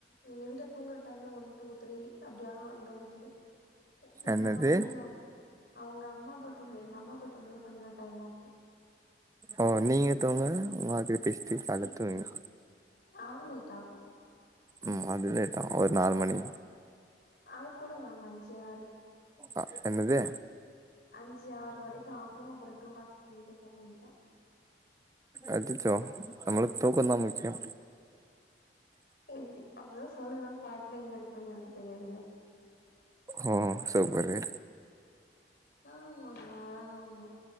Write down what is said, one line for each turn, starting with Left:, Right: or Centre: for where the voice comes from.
Left: எங்க வீட்ல தூங்குற டைம் தா ஒன் டூ த்ரீ அப்டி ஆகு எங்க வீட்லே த
Right: என்னது
Left: சில சம் டைம்ஸ் ஆகு அவங்க அம்மா தூங்க எங்க அம்மா தூங்க கொஞ்ச நேர டைம் ஆகு
Right: ஓ நீங்க தூங்க ஒங்க ஆள்கிட்ட பேசிட்டு கால்ல தூங்கி
Left: அது லேட் ஆகு
Right: ம் அது லேட் ஆகு ஒரு நாலு மணி
Left: ஆள் கூட நாங்க அஞ்சி ஆறு
Right: அ என்னது
Left: அஞ்சி ஆறு வரைக்கு ஆகு அப்றோ டூ ஹவர்ஸ்க்கு வீட்டுக்கு போக வேண்டிதா
Right: அச்சசோ நம்ளுக்கு தூக்கதா முக்கியோ
Left: இருக்கு அப்டிதா சொல்லலா பாட்டுல எங்க இருப்பேன்னு எனக்கு தெரியாதுங்க
Right: ஓ செரி பாரு
Left: ஆமாங்க ஆமாங்க